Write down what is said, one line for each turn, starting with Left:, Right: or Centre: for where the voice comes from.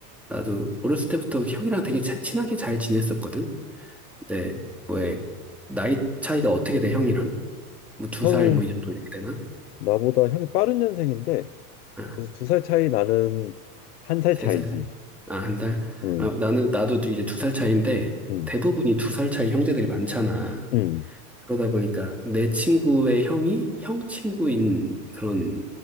Centre: 나도 어렸을 때부터 형이랑 되게 차- 친하게 잘 지냈었거든. 근데 뭐에 나이 차이가 어떻게 돼, 형이랑? 뭐 두
Left: 형이
Centre: 살 뭐 이 정도 이렇게 되나?
Left: 나보다 형이 빠른 년생인데
Centre: 아,
Left: 그래서 두 살 차이 나는 한 살
Centre: 세
Left: 차이지
Centre: 살? 아, 한 살?
Left: 응,
Centre: 아, 나는 나도 이제 두 살 차이인데
Left: 응,
Centre: 대부분이 두 살 차이 형제들이 많잖아.
Left: 응,
Centre: 그러다 보니까 내 친구의 형이 형 친구인 그런